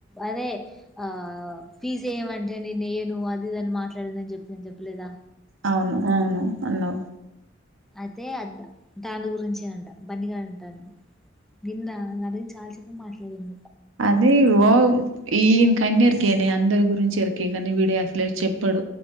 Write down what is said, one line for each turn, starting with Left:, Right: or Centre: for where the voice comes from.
Centre: అదే ఆ ఫీజ్ ఏమంటే నేను వేయను అది ఇదిఅని మాట్లాడింది ఆన్ జెప్పి జెప్పలేదా
Right: అవును అవును అన్నవ్
Centre: అయితే అద్ద దాని గురించినంట బన్నీగా అంటా నిన్న నాగురించి చాల్‌ సేపు మాట్లాడింది
Right: అది ఓ ఇన్ కన్నర్కేనే అందరు గురించి ఏరికే గనీ వీడే అసలే చెప్పాడు